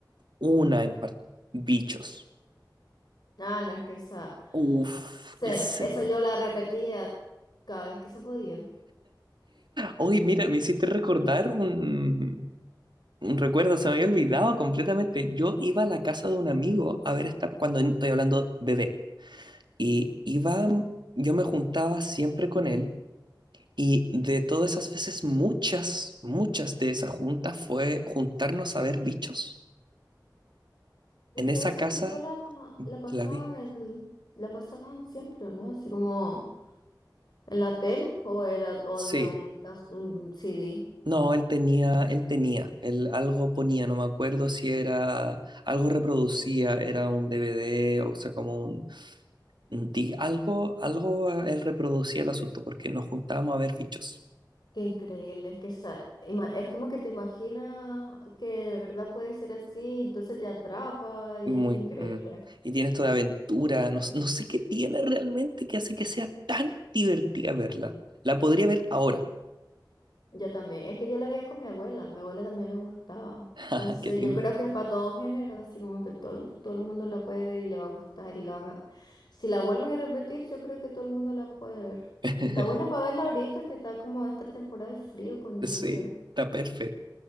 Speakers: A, on the right; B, on the left.
A: una en par- Bichos.
B: Ah, no, es que esa,
A: Uf,
B: se,
A: ese.
B: esa yo la repetía cada vez que se podía.
A: Oye, mira, me hiciste recordar un, un recuerdo, se me había olvidado completamente. Yo iba a la casa de un amigo a ver esta, cuando estoy hablando bebé. Y iba, yo me juntaba siempre con él y de todas esas veces, muchas, muchas de esas juntas fue juntarnos a ver bichos.
B: Es
A: En esa
B: que esa
A: casa
B: película la pasaban
A: la vi.
B: en, la pasaban siempre, ¿no? Así como ¿En la tele? ¿O era, o
A: Sí.
B: había un, cas- un CD?
A: No, él tenía, él tenía, él algo ponía, no me acuerdo si era, algo reproducía, era un DVD, o sea, como un, un di- algo, algo eh, él reproducía el asunto porque nos juntábamos a ver bichos.
B: Qué increíble, es que esa- ima- es como que te imaginas que de verdad puede ser así, entonces te atrapa y
A: Muy.
B: es increíble.
A: mm. Y tiene esto de aventura. No, s- no sé qué tiene realmente que hace que sea tan divertida verla. La podría ver ahora.
B: Yo también, es que yo la veía con mi abuela, mi abuela también le gustaba.
A: <laughs>
B: Entonces
A: Jaja, Qué lindo.
B: yo creo que es para todo género, así como que todo, el- todo el mundo la puede ver y le va a gustar y la van a... Si la vuelven a repetir, yo creo que todo el mundo la puede ver.
A: <laughs>
B: Y está buena para verla ahorita, que está como esta temporada de frío con
A: Sí,
B: lluvia.
A: está perfecto.